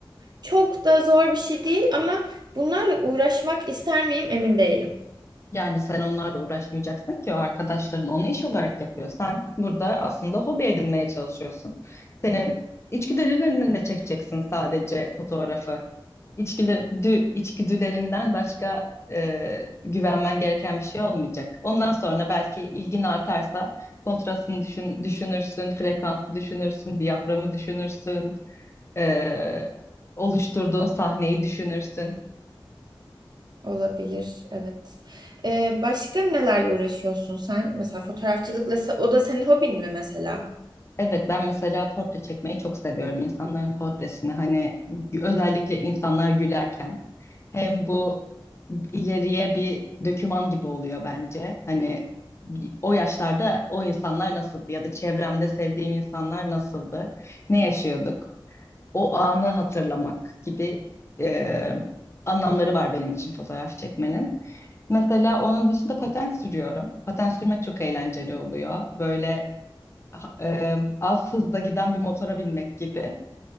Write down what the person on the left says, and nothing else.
Yani sen onlarla uğraşmayacaksın ki o arkadaşların onu iş olarak yapıyor. Sen burada aslında hobi edinmeye çalışıyorsun. Senin içgüdülerinden de çekeceksin sadece fotoğrafı. İçgüdü, dü- içgüdülerinden başka e, güvenmen gereken bir şey olmayacak. Ondan sonra belki ilgin artarsa kontrastını düşün, düşünürsün, frekansı düşünürsün, diyaframı düşünürsün. e, oluşturduğun sahneyi düşünürsün.
Evet ben mesela portre çekmeyi çok seviyorum insanların portresini hani özellikle insanlar gülerken hem bu ileriye bir döküman gibi oluyor bence. Hani o yaşlarda o insanlar nasıldı ya da çevremde sevdiğim insanlar nasıldı? Ne yaşıyorduk? O anı hatırlamak gibi e, anlamları var benim için fotoğraf çekmenin. Mesela onun dışında paten sürüyorum. Paten sürmek çok eğlenceli oluyor. Böyle ha- e, az hızda giden bir motora binmek gibi.